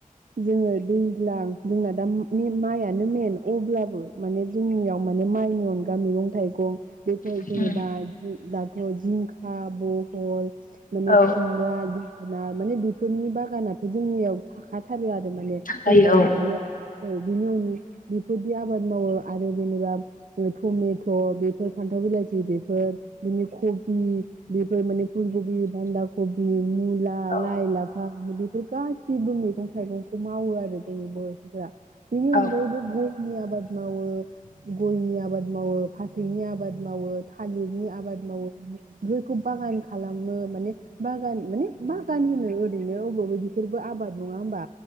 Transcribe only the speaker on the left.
उम
औ
थाखायो
औ
औ
औ